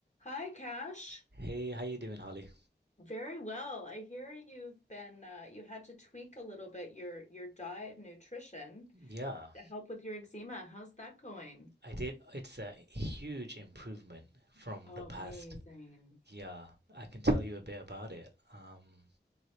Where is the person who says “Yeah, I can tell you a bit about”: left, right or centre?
Right